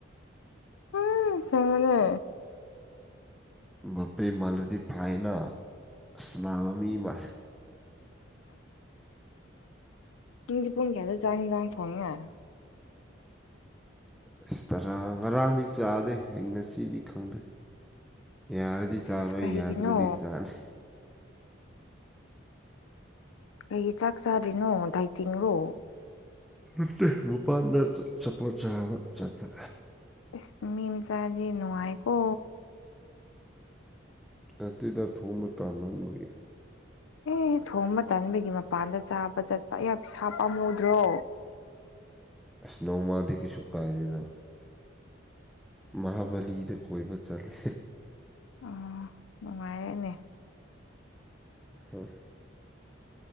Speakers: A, on the left; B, in the centre.
A: ꯎ ꯁꯦꯡꯉꯅꯦ
B: ꯕꯄꯦ ꯃꯂꯗꯤ ꯐꯥꯏꯅ ꯁꯅꯥꯕ ꯃꯤ ꯃ
A: ꯗꯤ ꯄꯨꯨꯡ ꯀꯦꯌꯥꯗ ꯆ ꯂꯥꯡ ꯊꯣꯡꯉꯉ
B: ꯑꯁ ꯇꯔꯥ ꯉꯔꯥꯡꯗꯤ ꯆꯥꯗꯦ ꯑꯩ ꯉꯁꯤꯗꯤ ꯈꯪꯗꯦ ꯌꯥꯔꯗꯤ
A: ꯑꯁ
B: ꯆꯥꯔꯣꯏ
A: ꯀꯩꯒꯤꯅꯣ
B: ꯌꯥꯗ꯭ꯔꯗꯤ ꯆꯥꯅꯤ
A: ꯀꯩꯒꯤ ꯆꯥꯛ ꯆꯥꯗ꯭ꯔꯤꯅꯣ ꯗꯥꯏ ꯇꯤꯡꯂꯣ
B: ꯠꯇ ꯃꯄꯥꯟꯗ ꯆꯄꯣꯠ ꯆꯥꯕ ꯆꯠꯄ
A: ꯏꯁ ꯃꯤꯝꯆꯥꯥꯖꯤ ꯅꯨꯍꯀ
B: ꯑꯗꯨꯗ ꯊꯣꯡꯕ ꯇꯥꯟꯒꯤ
A: ꯑꯦ ꯊꯣꯡꯕ ꯇꯟꯕꯒꯤ ꯃꯄꯥꯟꯗ ꯆꯥꯕ ꯆꯠꯄ ꯑꯌꯥ ꯄ ꯁꯥꯥꯞ ꯄꯥꯝꯃꯨꯗ꯭ꯔꯣ
B: ꯏꯁꯅꯣꯃꯗꯤ ꯀꯩꯁꯨ ꯀꯥꯏꯗꯅ ꯃꯍꯥꯕꯂꯤꯗ ꯀꯣꯏꯕ ꯆꯂꯦ
A: ꯑ ꯅꯨꯡꯉꯥꯏꯔꯦꯅꯦ
B: ꯍꯣꯏ